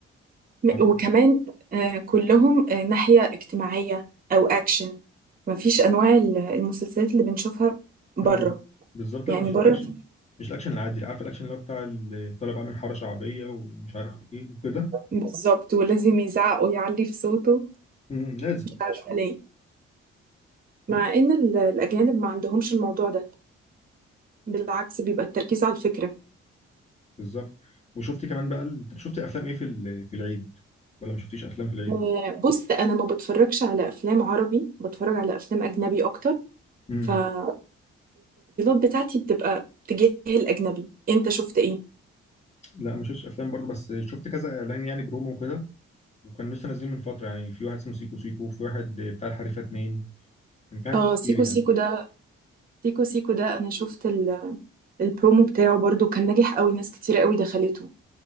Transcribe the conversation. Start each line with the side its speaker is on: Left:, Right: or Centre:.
Right: م-
Left: عارفه
Right: وكمان آه كلهم آه ناحيه اجتماعيه او اكشن مفيش انواع ال- المسلسلات اللي بنشوفها بره
Left: امم بالظبط
Right: يعني
Left: لا مش
Right: بره
Left: الاكشن
Right: في
Left: مش الاكشن العادي اللي عارف الاكشن اللي هو بتاع ال- طالع بعمل حاره شعبيه ومش عارف ايه وكده
Right: بالظبط ولازم يزعق ويعلي في صوته
Left: امم لازم
Right: مش عارفه ليه مع ان ال- الاجانب ما عندهمش الموضوع ده بالعكس بيبقى التركيز على الفكره
Left: بالظبط وشفت كمان بقى ال- طب شفت افلام ايه في ال- في العيد ولا ما شفتيش افلام في العيد
Right: آه بص انا ما بتفرجش على افلام عربي بتفرج على افلام اجنبي اكتر
Left: امم
Right: فالتفضيلات بتاعتي بتبقى تجاه الاجنبي انت شفت ايه
Left: لا ما شفتش افلام برضه بس شفت كذا اعلان يعني برومو وكده وكان لسه نازلين من فتره يعني في واحد اسمه سيكو سيكو وفي واحد بتاع الحريفه اتنين كان في حاجات
Right: اه
Left: كتير
Right: سيكو
Left: يعني
Right: سيكو ده سيكو سيكو ده انا شفت ال- البرومو بتاعه برضو كان ناجح قوي ناس كتير قوي دخلته